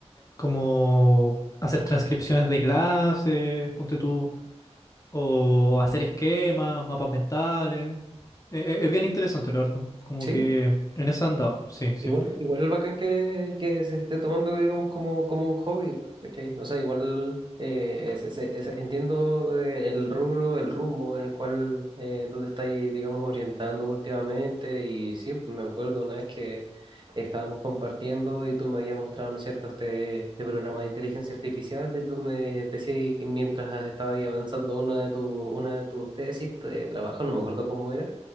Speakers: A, on the left; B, on the right.
A: Como hacer transcripciones de clases, ponte tú o hacer esquemas, mapas mentales. E- e- Es bien interesante, la verdad. Como
B: ¿sí?
A: que en eso han dado. Sí, sí.
B: Igual, igual es bacán que, que se esté tomando, digamos, como, como un hobby, ¿cachai? O sea, igual eh, es- es- es- entiendo eh, el rubro, el rumbo en el cual eh, tú te estás, digamos, orientando últimamente. Y sí, me acuerdo una vez que estábamos compartiendo y tú me habías mostrado, ¿no es cierto?, este, este programa de inteligencia artificial y tú me decías que mientras estabas ahí avanzando una de, tu, una de tus tesis de trabajo, no me acuerdo cómo era